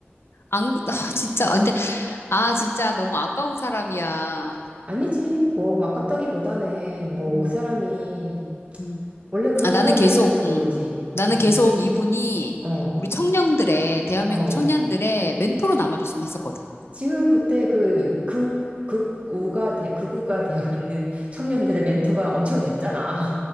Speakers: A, on the left; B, on the right.
A: 안, 아, 진짜, 아, 근데, 아, 진짜 너무 아까운 사람이야.
B: 아니지, 뭐, 아깝다기보다는, 뭐,
A: 음,
B: 그 사람이
A: 음.
B: 원래 그런
A: 아, 나는
B: 사람이었을지도
A: 계속,
B: 모르지.
A: 음. 나는
B: 어,
A: 계속 이분이
B: 어,
A: 우리 청년들의, 대한민국
B: 어.
A: 청년들의 멘토로 남아줬으면 했었거든.
B: 지금 그때 그, 극, 극우가 돼, 극우가 되어 있는 청년들의 멘토가 엄청 됐잖아.